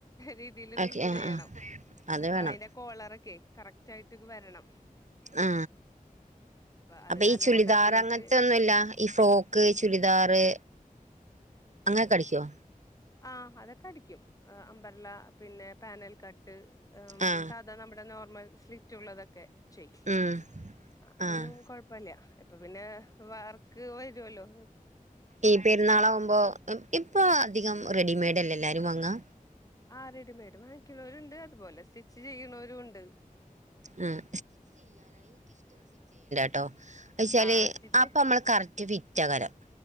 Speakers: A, on the left; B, on the right.
A: രീതില് സ്റ്റിച്ച്
B: ഓക്കെ ആ
A: ചെയ്യണം
B: ആ അത്
A: അപ്പൊ
B: വേണം
A: അതിന്റെ കോളറൊക്കെ കറക്റ്റ് ആയിട്ട് ഇത് വരണം.
B: ആ
A: അത്
B: അപ്പൊ
A: കാരണം
B: ഈ ചുളിദാർ
A: കൊണ്ട് അതിലേക്ക്
B: അങ്ങനത്തെ ഒന്നുവില്ല ഈ ഫ്രോക്ക് ചുരിദാറ് അങ്ങനെ കളിക്കുവോ?
A: ആ അതൊക്കെ അടിക്കും ല്ല പിന്നെ പാനൽ കട്ട്
B: ആ
A: സാധാ നമ്മടേ നോർമൽ സ്ലിറ്റുള്ളതൊക്കെ. ചെയ്യും
B: ഉം
A: അതൊന്നും
B: ആഹ്
A: കൊഴപ്പല്ല. ഇപ്പൊ പിന്നെ വർക്ക് വരുല്ലോ.
B: ഈ പെരുന്നാളാവകുമ്പോ ഇപ്പൊ അധികം റെഡിമെയ്ഡ് അല്ലെ എല്ലാവരും വങ്ങാ
A: ആ റെഡിമെയ്ഡ് വാങ്ങിക്കണവരുണ്ട് അതുപോലെ സ്റ്റിച്ച് ചെയ്യണവരു ഉണ്ട്.
B: ആഹ് ട്ടോ വച്ചാല്
A: ആ സ്റ്റിച്ച്
B: അപ്പൊ നമ്മള് കറക്റ്റ് വിറ്റകരം